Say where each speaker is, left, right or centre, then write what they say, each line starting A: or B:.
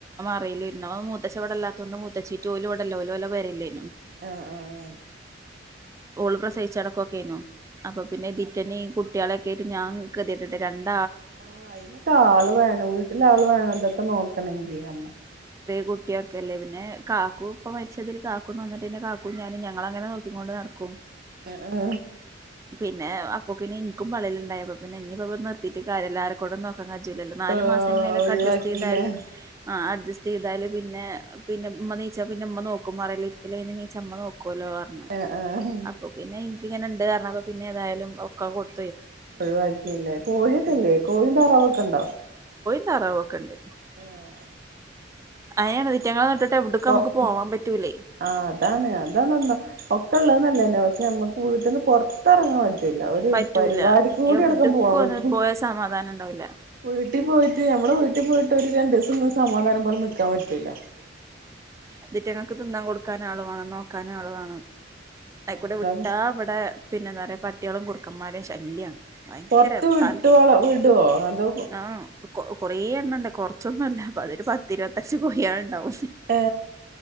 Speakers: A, on the right; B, on the right.
A: പെരേല് ഇരുന്നാ മൂത്തച്ഛൻ ഇവിടില്ലാത്തോണ്ട് മൂത്തച്ഛി ടു യല് പോണ്ടല്ലോ ഓല് വെല്ല പെരേല്
B: ആഹ് ആഹ്
A: ഓള് പ്രസവിച്ചു കെടക്കൊക്കെയായിന്നു അപ്പൊ പിന്നെ ഇതിറ്റനെ കുട്ടികളെ ഒക്കെ ആയിട്ട് ഞാൻ ഗതികെട്ടട്ട് രണ്ട്
B: ആ അയിനൊക്കെ ആള് വേണം. വീട്ടിലാള് വേണം ഇതൊക്കെ നോക്കണെങ്കി നമ്മ
A: കുട്ടിയൊക്കെ അല്ലേ പിന്നെ കാ കാക്കൂ ഇപ്പൊ മരിച്ചതൊരു കാക്കൂ നന്നായിട്ടന്നെ കാക്കൂ ഞാനും ഞങ്ങളങ്ങനെ നോക്കി കൊണ്ട് നടക്കും.
B: എ ആ
A: പിന്നെ അപ്പൊക്കിന് എനിക്കും പള്ളേല് ഉണ്ടായപ്പൊ പിന്നെ ഇനിയിപ്പപ്പെ നിർത്തിട്ട് കാര്യല്ല ആരെക്കൊണ്ടും നോ ക്കാൻ പറ്റില്ലല്ലോ. നാല്
B: ആഹ്
A: മാസം എങ്ങനെലു ഒക്കെ
B: ഒഴിവാക്കില്ലേ
A: അഡ്ജസ്റ്റ് ചെയ്താല് ആ അഡ്ജസ്റ്റ് ചെയ്താലും പിന്നെ പിന്നെ ഉമ്മ എനീച്ച പിന്നെ ഉമ്മ നോക്കും മറേല് ഇരിക്കല് കഴിഞ്ഞ് എനീച്ച ഉമ്മ നോക്കും ഒക്കൂലോപറഞ്ഞ്.
B: ആഹ് ആഹ്
A: അപ്പോ പിന്നെ ഇനക്ക് ഇങ്ങനെ ഉണ്ടന്നറിഞ്ഞപ്പോ പിന്നെ ഏതായാലും ഒക്കെ കൊടു
B: ഒഴിവാക്കില്ലേ കോഴിയൊക്കെ
A: ഉം
B: ഇല്ലേ കോഴിം താറാവൊക്കെ ഇണ്ടോ?
A: താറാവ് ഒക്കെ ഉണ്ട്
B: ആ
A: അയാണ് ഇവറ്റുങ്ങളൊന്നിട്ടിട്ട് എവിടക്കും
B: പൊറത്ത്
A: നമുക്ക് പോവാൻ പറ്റൂലേ.
B: ആ അതാണ് അതാണ് പറഞ്ഞേ. ഒക്കെ ഉള്ളത് നല്ലത് തന്നെ. പക്ഷെ നമ്മുക്ക് വീട്ടീന്ന് പൊറ ത്ത് ഇറങ്ങാൻ പറ്റൂല്ല. ഒരു
A: പറ്റൂല
B: പരിപാടിക്കുകൂടി
A: എവിട്ക്കും
B: എവടക്കും പോവാൻ പറ്റൂ
A: ഒന്ന് പോയാ സമാധാനം ഇണ്ടാവൂല
B: വീട്ടിൽ പോയിട്ട് നമ്മടെ വീട്ടിൽ പോയിട്ട് ഒരു രണ്ടു ദിവസം സമാധാനം പോലെ നിക്കാൻ പറ്റൂല.
A: ഇതിറ്റങ്ങൾക്ക് തിന്നാൻ കൊടുക്കാൻ ആളുവേണം. നോക്കാൻ ആളു വേണം. അയിക്കൂടെ
B: അത
A: വിട്ടാ ഇവിടെ പിന്നെ എന്താ പറയാ പട്ടികളും കുറുക്ക ന്മാരുടെ ശല്യാണ് ഭയങ്കര
B: പൊറത്ത് വിട്ട്
A: തൽ
B: വള വിടുവോ അതോ
A: ആ കുറേ എണ്ണണ്ട്. കൊറച്ചൊന്നു അല്ല. അതൊരു പത്തിഇരുപത്തഞ്ചു കോയികളുണ്ടാവും.
B: ഏ